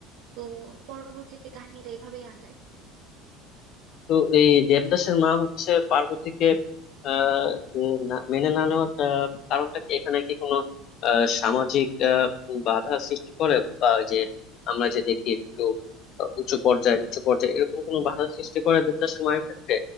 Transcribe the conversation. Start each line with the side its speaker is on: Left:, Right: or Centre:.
Right: তো পরবর্তীতে কাহিনীটা এভাবেই আগায়
Left: তো এই দেবদাসের মা হচ্ছে পার্বতীকে আহ উম, না- মেনে না নেওয়ার আহ, কারণটা কি এখানে কি কোনো আহ, সামাজিক আহ, বাধা সৃষ্টি করে বা যে আমরা যে দেখি একটু আহ, উঁচু পর্যায়ে নিচু পর্যায়ে এরকম কোনো বাধা সৃষ্টি করে দেবদাসের মায়ের ক্ষেত্রে